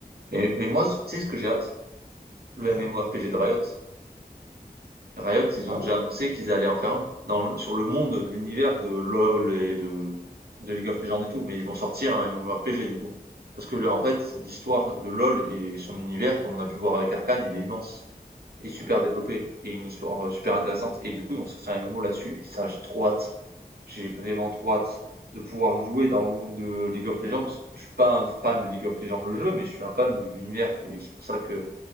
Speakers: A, on the right; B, on the right.
A: Mais mais moi, tu sais ce que j'ai hâte? Le
B: Ouais?
A: MMORPG de Riot. Riot, ils
B: Ah
A: ont déjà
B: ouais?
A: annoncé qu'ils allaient en faire un dans, le- sur le monde, l'univers de LoL et de, de League of Legends et tout, mais ils vont sortir un MMORPG du coup. Parce que là, en fait, l'histoire de LoL et son univers, comme on a pu voir avec Arcane, il est immense et super
B: Ouais,
A: développé et une histoire euh, super intéressante. Et du coup, ils vont sortir un MMO là-dessus. Et ça, j'ai trop hâte. J'ai vraiment trop hâte de pouvoir jouer dans le monde de League of Legends. parce que Je suis pas un fan de League of Legends le jeu, mais je suis un fan de l'univers et c'est pour ça que